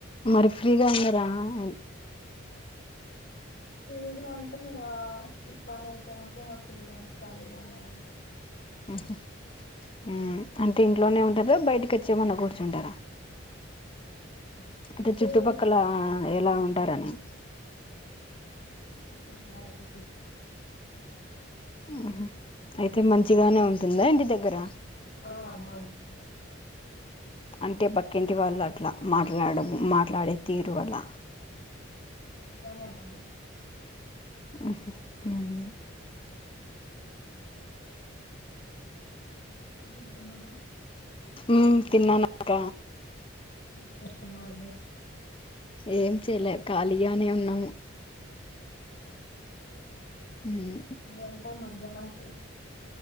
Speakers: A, on the left; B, on the left.
A: మరి ఫ్రీగా ఉన్నార ఆన్
B: ఫ్రీగా అంటే ఇంకా ఈ పని అయిపోయినాక ఇంగ ఫ్రీగానే ఖాళీగా ఉండడం
A: ఆహా హు అంతే ఇన్ ట్లోనే ఉంటారు బయటకచ్చేమన్నా కూర్చుంటారా అంటే
B: హ్మ్ <unintelligible>
A: చుట్టుపక్కల
B: <unintelligible>
A: ఎలా ఉంటారని
B: పక్కింటి వాళ్ల తో
A: మ్ హు అయితే మంచిగానే
B: మాట్లా
A: ఉంటుందా ఇంటి దగ్గర
B: ఆ మంచిగానే
A: అంటే పక్కింటి వాళ్ళు అట్లా మాట్లాడము మాట్లాడే తీరు అలా
B: ట్లోనే ఉంటది
A: మ్ హు మ్మ్మ్
B: మీరు తిన్నారా
A: హు తిన్నానక్క
B: ఎం చేస్తున్నారు మీర్
A: ఏం చెయలే ఖాళీగానే ఉన్నాము
B: అవ్
A: హుమ్
B: వంటా మధ్యానంకి